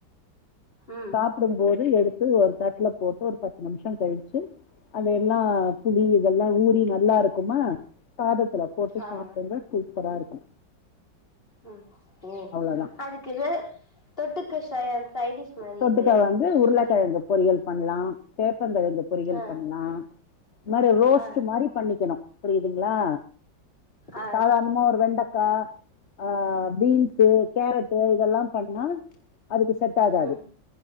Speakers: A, on the left; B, on the left.
A: ம்
B: சாப் டும்போது எடுத்து ஒரு தட்ல போட்டு ஒரு பத்து நிமிஷோ கழிச்சு அதெல்லா புளி இதெல்லா ஊறி நல்லா இருக்குமா சாதத்துல போட்டு
A: ஆமா
B: சாப்டுங்க சூப்பரா இருக்கு
A: ம் ம்
B: அவ்வளோதான்.
A: அதுக்கு இது தொட்டுக்க ஷை சைடிஷ் மாரி
B: தொட்டுக்க
A: இது
B: வந்து உருளக்கெழங்கு
A: இது
B: பொறியல் பண்ணலா சேப் பங்கெழங்கு பொரியல்
A: ஆ
B: பண்லா இந்த மாரி ரோஸ்ட்டு
A: ஆ
B: மாரி பண்ணிக்கணு புரியுதுங்களா
A: ஆ
B: சாதாரணமா
A: சரி
B: ஒரு வெண்டக் கா ஆ பீன்ஸு கேரட்டு இதெல்லா பண்ணா அதுக்கு செட் செட் ஆகாது
A: ம்